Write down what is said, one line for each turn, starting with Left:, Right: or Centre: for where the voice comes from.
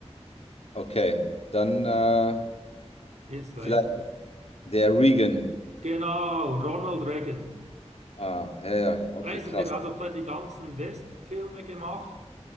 Left: Okay, dann äh,
Right: jetzt weißt
Left: vielleicht
Right: du
Left: der Reagan.
Right: Genau, Ronald Reagan.
Left: Ah, ja, ja, okay,
Right: Weißt
Left: krass.
Right: du, der hat doch da die ganzen Westernfilme gemacht.